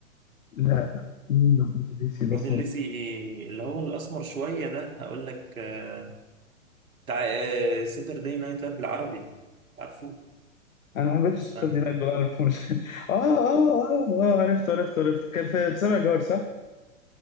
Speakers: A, on the left; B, on the right.
A: لا مين محمود الليثي ده
B: موديل
A: خالص
B: ليسي اللي هو الاسمر شويه ده هقول لك آه، بتاع آه، ساتردي نايت لايف بالعربي عارفه
A: أنا ما حبيتش الشطة
B: استنى
A: دي نايت بالعربي فمش <laughs> آه آه آه آه عرفته عرفته عرفته كان في في سبع جار صح؟